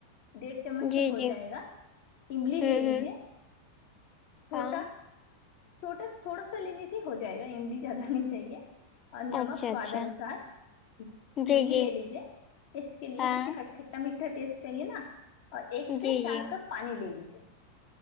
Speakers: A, on the left; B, on the left.
A: ڈیڑھ چمچ
B: جی
A: سے ہو
B: جی
A: جائے گا املی
B: ہوں
A: لے لیجے
B: ہوں
A: چھوٹا
B: ہاں
A: چھوٹا تھوڑا سا لیج ہی ہو جائے گا املی زیادہ نہیں چاہیے اور نمک
B: اچھا
A: سواد
B: اچھا
A: انوسار چینی
B: جی جی
A: لے لیجے ٹیسٹ کے لیے
B: ہاں
A: کیونکہ ہ میٹھا ٹیسٹ چاہیے نا اور ایک سے
B: جی
A: چار
B: جی
A: کپ پانی لے لیجیے